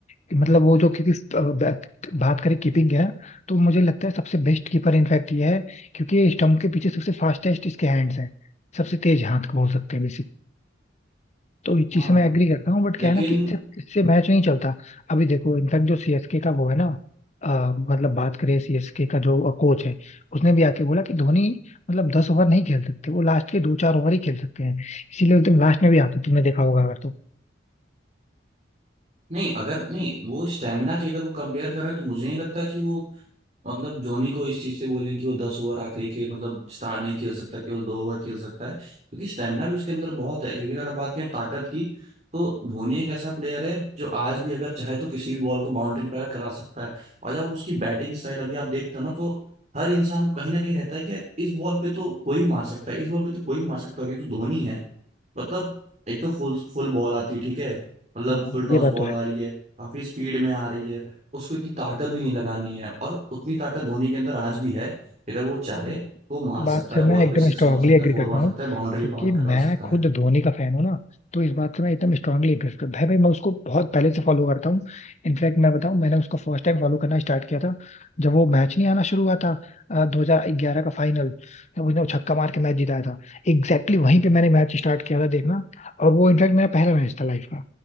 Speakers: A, on the left; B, on the right.
A: कि मतलब वो जो क्योंकि अ, बैक- बात करें कीपिंग है तो मुझे लगता है सबसे बेस्ट कीपर इनफैक्ट ये है क्योंकि स्टंप के पीछे सबसे फास्टेस्ट इसके हैंड्स हैं सबसे तेज हाथ बोल सकते हैं तो इस चीज
B: हाँ
A: से मैं एग्री करता हूँ बट
B: लेकिन
A: क्या है ना कि इससे इससे मैच नहीं चलता अभी देखो इनफैक्ट जो सीएसके का वो है ना अ, मतलब बात करें सीएसके का जो कोच है उसने भी आके बोला कि धोनी मतलब दस ओवर नहीं खेल सकते वो लास्ट के दो चार ओवर ही खेल सकते हैं इसीलिए तुम लास्ट में भी आते तुमने देखा होगा अगर तो
B: नहीं अगर नहीं वो स्टेमिना की अगर वो कंपेयर कर रहे हैं तो मुझे नहीं लगता कि वो मतलब धोनी को इस चीज से बोलें कि वो दस ओवर आखिरी के मतलब स्टार नहीं खेल सकता केवल दो ओवर खेल सकता है क्योंकि स्टेमिना भी उसके अंदर बहुत है क्योंकि अगर आप बात करें ताकत की तो धोनी एक ऐसा प्लेयर है जो आज भी अगर चाहे तो किसी भी बॉल को बाउंड्री पार करा सकता है और जब उसकी बैटिंग स्टाइल अभी आप देखते हो ना तो हर इंसान को कहीं ना कहीं रहता है कि यार इस बॉल पे तो कोई मार सकता है इस बॉल पे तो कोई मार सकता है और ये तो धोनी है मतलब एक तो फुल फुल बॉल आती है ठीक है मतलब
A: हाँ
B: फुल टॉस
A: ये बात
B: बॉल
A: तो
B: आ रही है काफी स्पीड में आ रही है उसको इतनी ताकत भी नहीं लगानी है और उतनी ताकत धोनी के अंदर आज भी है अगर वो चाहे
A: है
B: तो मार सकता
A: बात से
B: है
A: मैं
B: बॉल
A: एकदम
B: पे सिक्स
A: स्ट्रांगली
B: मार सकता
A: एग्री
B: है फोर
A: करता
B: मार
A: हूँ
B: सकता है बाउंड्री
A: क्योंकि
B: पार
A: मैं
B: करा सकता
A: खुद
B: है
A: धोनी का फैन हूँ ना तो इस बात से मैं एकदम स्ट्रांगली एग्री करता हूँ भाई भाई मैं उसको बहुत पहले से फॉलो करता हूँ इनफैक्ट मैं बताऊँ मैंने उसको फर्स्ट टाइम फॉलो करना स्टार्ट किया था जब वो मैच नहीं आना शुरू हुआ था दो हजार ग्यारह का फाइनल तब उसने वो छक्का मार के मैच जिताया था एग्जैक्टली exactly वहीं पे मैंने मैच स्टार्ट किया था देखना और वो इनफैक्ट मेरा पहला मैच था लाइफ का